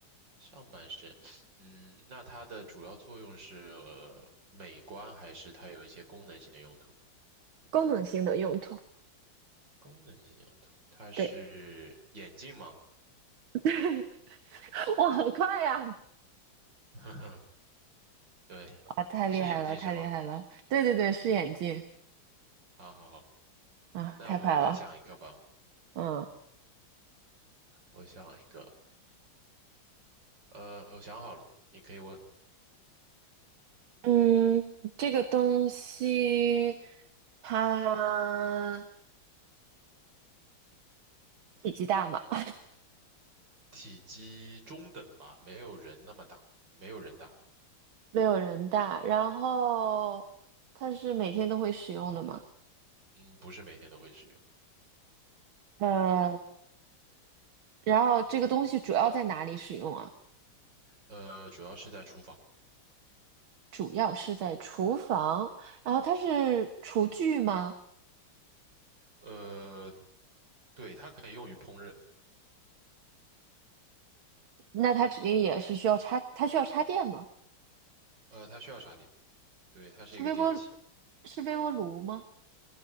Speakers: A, on the right (about 60°); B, on the right (about 75°).
A: 上半身，嗯，那它的主要作用是，呃美观还是它有一些功能性的用途？
B: 功能性的用途，
A: 功能性的用途，它是眼镜吗？
B: 对，<laughs> 哇，好快呀！
A: <laughs> 对，
B: 啊，太厉害了，
A: 是眼镜是吗？
B: 太厉害了！对对对，是眼镜
A: 好好好，
B: 啊，
A: 那我再想一个吧，
B: 太快了，嗯。
A: 我想一个，呃，我想好了，你可以问。
B: 嗯，这个东西它体积大吗？<laughs>
A: 体积中等吧，没有人那么大，没有人大。
B: 没有人大，然后它是每天都会使用的吗？
A: 嗯，不是每天都会使用。
B: 呃，然后这个东西主要在哪里使用啊？
A: 呃，主要是在厨房。
B: 主要是在厨房，然后它是厨具吗？
A: 呃，对，它可以用于烹饪。
B: 那它指定也是需要插，它需要插电吗？
A: 呃，它需要插电。对，它是一个电器。
B: 是微波，是微波炉吗？